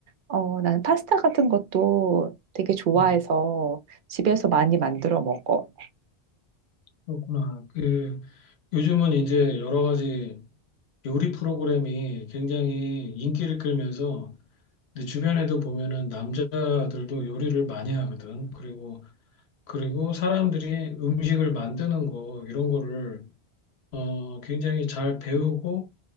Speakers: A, on the right (about 60°); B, on the left (about 70°).
A: 어, 난 파스타 같은 것도 되게 좋아해서
B: 음,
A: 집에서 많이 만들어 먹어.
B: 그렇구나. 그, 요즘은 이제 여러 가지 요리 프로그램이 굉장히 인기를 끌면서 내 주변에도 보면은 남자들도 요리를 많이 하거든. 그리고, 그리고 사람들이 음식을 만드는 거, 이런 거를, 어, 굉장히 잘 배우고